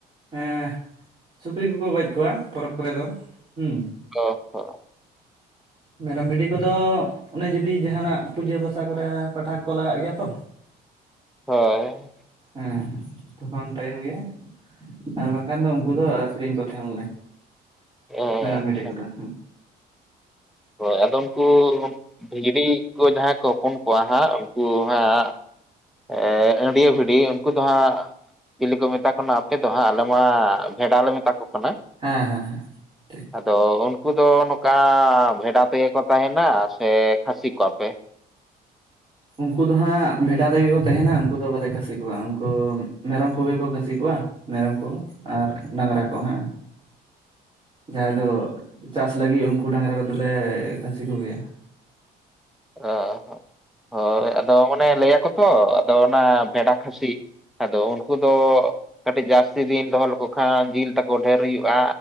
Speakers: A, on the right; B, in the centre.
A: ᱮᱸ ᱥᱩᱠᱨᱤ ᱠᱚᱠᱚ ᱜᱚᱡ ᱠᱚᱣᱟ ᱯᱚᱨᱚᱵᱽ ᱠᱚᱨᱮ ᱫᱚ᱾ᱦᱩᱸ᱾
B: ᱚ ᱦᱚ᱾
A: ᱢᱮᱨᱚᱢ, ᱵᱷᱤᱰᱤ ᱠᱚᱫᱚ ᱚᱱᱮ ᱡᱩᱫᱤ ᱡᱟᱦᱟᱱᱟᱜ ᱯᱩᱡᱟᱹ ᱵᱟᱥᱟ ᱠᱚᱨᱮ ᱯᱟᱴᱷᱟ ᱠᱚᱠᱚ ᱞᱟᱜᱟᱜ ᱜᱮᱭᱟ ᱛᱚ᱾
B: ᱦᱚ᱾ <unintelligible>
A: ᱦᱮᱸ ᱛᱚᱠᱷᱚᱱ ᱴᱟᱭᱤᱢ ᱜᱮ᱾ ᱟᱨ ᱵᱟᱝᱠᱷᱟᱱ ᱫᱚ ᱩᱱᱠᱩ ᱫᱚ ᱟᱠᱷᱨᱤᱧ ᱠᱚ ᱛᱟᱦᱮᱱᱟ ᱞᱮ
B: ᱟᱪᱪᱷᱟ᱾
A: ᱢᱮᱨᱚᱢ ᱵᱷᱤᱰᱤ ᱠᱚᱫᱚ ᱦᱮᱸ᱾
B: ᱦᱳᱭ ᱟᱫᱚ ᱩᱱᱠᱩ ᱵᱷᱤᱜᱲᱤ ᱠᱚ ᱡᱟᱦᱟᱸᱭ ᱠᱚ ᱦᱚᱯᱚᱱ ᱠᱚᱣᱟ ᱦᱟᱸᱜ ᱩᱱᱠᱩ ᱦᱟᱸᱜ ᱮ ᱟᱹᱰᱤᱭᱟᱹ ᱵᱷᱤᱰᱤ ᱩᱱᱠᱩ ᱫᱚ ᱦᱟᱸᱜ ᱪᱤᱞᱤ ᱠᱚ ᱢᱮᱛᱟ ᱠᱚ ᱠᱟᱱᱟ ᱟᱯᱮ ᱫᱚ ᱦᱟᱸᱜ? ᱟᱞᱮ ᱢᱟ ᱵᱷᱮᱰᱟ ᱞᱮ ᱢᱮᱛᱟ ᱠᱚ ᱠᱟᱱᱟ᱾
A: ᱦᱮᱸ ᱦᱮᱸ ᱦᱮᱸ᱾ ᱴᱷᱤᱠ
B: ᱟᱫᱚ ᱩᱱᱠᱩ ᱫᱚ ᱱᱚᱠᱟ ᱵᱷᱮᱰᱟ ᱛᱮᱜᱮ ᱠᱚ ᱛᱟᱦᱮᱱᱟ, ᱥᱮ ᱠᱷᱟᱹᱥᱤ ᱠᱚᱣᱟ ᱯᱮ?
A: ᱩᱱᱠᱩ ᱫᱚ ᱦᱟᱸᱜ ᱵᱷᱮᱰᱟ ᱛᱮᱜᱮ ᱠᱚ ᱛᱟᱦᱮᱱᱟ᱾ ᱩᱱᱠᱩ ᱵᱟᱞᱮ ᱠᱷᱟᱹᱥᱤ ᱠᱚᱣᱟ, ᱩᱱᱠᱩ ᱢᱮᱨᱚᱢ ᱠᱚᱜᱮ ᱠᱚ ᱠᱷᱟᱹᱥᱤ ᱠᱚᱣᱟ᱾ ᱢᱮᱨᱚᱢ ᱠᱚ ᱟᱨ ᱰᱟᱝᱨᱟ ᱠᱚ ᱦᱮᱸ᱾
B: <inaudible>
A: ᱡᱟᱦᱟᱸᱭ ᱫᱚ ᱪᱟᱥ ᱞᱟᱹᱜᱤᱫ ᱩᱱᱠᱩ ᱰᱟᱝᱨᱟ ᱠᱚᱫᱚᱞᱮ ᱠᱷᱟᱹᱥᱤ ᱠᱚ ᱜᱮᱭᱟ᱾
B: ᱚ ᱦᱚ᱾ ᱦᱳᱭ ᱟᱫᱚ ᱢᱟᱱᱮ ᱞᱟᱹᱭᱟᱠᱚ ᱛᱚ ᱟᱫᱚ ᱚᱱᱟ ᱵᱷᱮᱰᱟ ᱠᱷᱟᱹᱥᱤ᱾ ᱟᱫᱚ ᱩᱱᱠᱩ ᱫᱚ ᱠᱟᱹᱴᱤᱡ ᱡᱟᱹᱥᱛᱤ ᱫᱤᱱ ᱫᱚᱦᱚ ᱞᱮᱠᱚ ᱠᱷᱟᱱ ᱡᱤᱞ ᱛᱟᱠᱚ ᱰᱷᱮᱨ ᱦᱩᱭᱩᱜᱼᱟ